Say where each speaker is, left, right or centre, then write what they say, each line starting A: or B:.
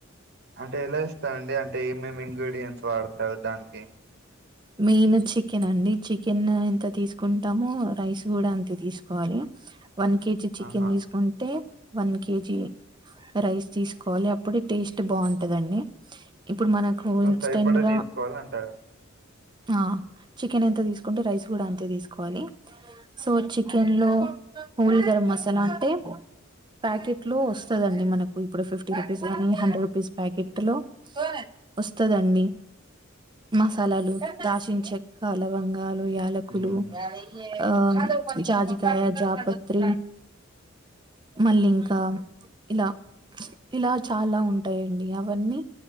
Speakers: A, on the right; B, on the right.
A: అంటే ఎలా ఇస్తాండి అంటే ఏమేమి ఇంగ్రీడియంట్స్ వాడతారు దానికి
B: మెయిన్ చికెన్ అండి చికెన్ ఎంత తీసుకుంటామో రైస్ కూడా అంతే తీసుకోవాలి వన్ కేజీ చికెన్
A: ఆహా
B: తీసుకుంటే వన్ కేజీ రైస్ తీసుకోవాలి అప్పుడే టేస్ట్ బాగుంటదండి ఇప్పుడు మనకు
A: సో
B: ఇన్స్టెంట్గా
A: సరిపడా తీసుకోవాలంటారు
B: ఆ చికెన్ ఎంత తీసు తీసుంటే రైస్ కూడా అంతే తీసుకు ాలి సో చికెన్ లో పూల్ గరం మసాలా అంటే ప్యాకెట్ లో వస్తుదండి మనకు ఇప్పుడు ఫిఫ్టీ రూపీస్ కానీ హండ్రెడ్ రూపీస్ ప్యాకెట్ లో వస్తుదండి మసాలాలు రాశించ చెక్క అలవంగ యాలకులు
A: మ్మ్
B: ఆ జాజికయ జాపత్రి మళ్లింకా ఇలా ఇలా చాలా ఉంటాయండి అవన్నీ